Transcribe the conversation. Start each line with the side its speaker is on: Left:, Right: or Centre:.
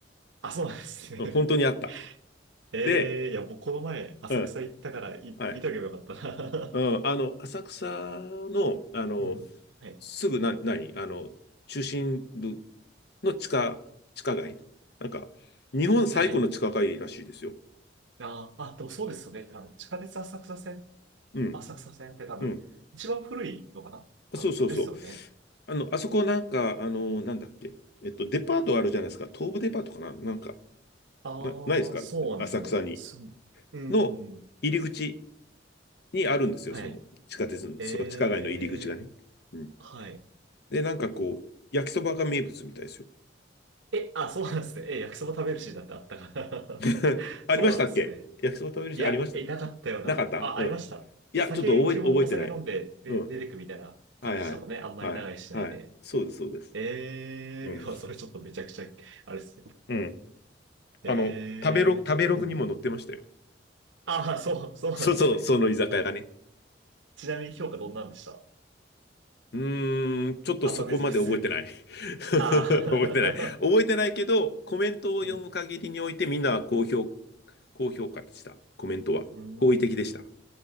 Right: あ、そうなんですね。
Left: うん本当にあった。
Right: <laughs> ええいや、
Left: で、
Right: 僕この前、浅草行ったから、
Left: うん、
Right: い、
Left: はい。
Right: 見とけばよかったな。
Left: うん、あの、浅草の、
Right: <laughs>
Left: あの、
Right: うん。はい。
Left: すぐな、何あの、中心部の地下、地下街なんか、日本最古の地下街らしいですよ。
Right: はい。あー、あ、でもそうですよね。あの、地下鉄浅草線、
Left: うん、
Right: 浅草線って多分、
Left: うん。
Right: 一番古いのかな多分、
Left: そうそうそう。
Right: ですよね。
Left: あの、あそこなんか、あの、なんだっけ。えっと、デパートあるじゃないですか。東武デパートかななんか、
Right: ああ、
Left: な、ないですか浅草に。
Right: そうなんですかね。す、うん。
Left: の入り口にあるんですよ。
Right: はい。
Left: その地下鉄の、
Right: ええ、
Left: その地下街の入り口がね。うん
Right: はい。
Left: で、なんかこう、焼きそばが名物みたいですよ。
Right: え、あ、そうなんですね。え、焼きそば食べるシーンなんてあったかな
Left: <laughs>
Right: <laughs>
Left: ありましたっけ焼きそば食べるし、
Right: そうなんですね。いや、
Left: ありました
Right: え、なかったような。
Left: なかったうん。
Right: あ、ありました。
Left: いや、
Right: お酒、
Left: ちょっと覚え、
Right: 基本お酒飲んで、
Left: 覚えてない。
Right: で、
Left: うん。
Right: 出てくみたいな感じでしたもんね。
Left: はいはい。
Right: あんまり長いしないで。
Left: はい。はい。そうです、そうです。
Right: ええ、
Left: うん。
Right: <laughs> まあ、それちょっとめちゃくちゃ、あれですね。
Left: うん。あの、
Right: ええ、
Left: 食べロ、食べログにも載ってましたよ。
Right: うん。ああ、そう、<laughs> そうなんですね。
Left: そうそう、その居酒屋がね。
Right: ちなみに評価どんなんでした
Left: うーん、ちょっとそこまで覚えてない。
Right: あんま別に普通。
Left: <laughs> 覚えてない。
Right: ああ、
Left: 覚えてないけど、コメントを読む限りにおいてみんなは高評、
Right: <laughs> うん。
Left: 高評価でした。コメントは。
Right: うーん。
Left: 好意的でした。